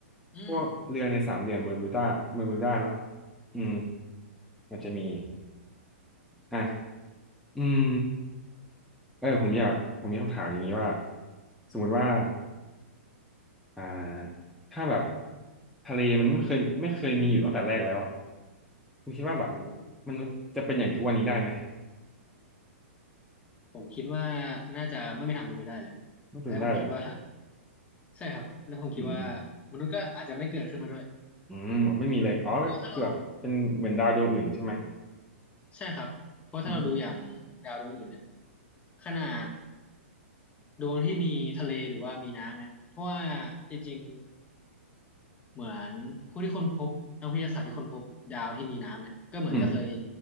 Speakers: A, on the left; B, in the centre.
A: อืม
B: พวกเรือในสามเหลี่ยมเบอร์มิวดาเบอร์มิวดาเนาะอืมอาจจะมีอ่ะอืมเออผมอยากผมมีคำถามอย่างนี้ว่าสมมุติว่า อ่าถ้าแบบทะเลมันไม่เคยไม่เคยมีอยู่ตั้งแต่แรกแล้วอ่ะคุณคิดว่าแบบ
A: โหโห
B: มนุษย์จะเป็นอย่างทุกวันนี้ได้ไหม
A: ผมคิดว่าน่าจะไม่มีทางเป็นไปได้เลย
B: ไม่เป็นไปได้เลยอะ
A: และผมคิดว่าใช่ครับแล้วผมคิดว่า
B: อืม
A: มนุษย์ก็อาจจะไม่เกิดขึ้นมาด้วย
B: อืมแบบไม่มีเลยอ๋อก็คือแบบเป็นเหมือนดาวดวงอื่นใช่ไหม
A: เพราะว่าถ้าเรา ใช่ครับเพราะถ้าเราดูอย่างดาวดวงอื่นเนี่ย
B: อืม
A: ขนาดดวงที่มีทะเลหรือว่ามีน้ำเนี่ยเพราะว่าจริงๆเหมือนผู้ที่ค้นพบนักวิทยาศาสตร์ที่ค้นพบดาวที่มีน้ำเนี่ยก็เหมือนจะเคย
B: อืม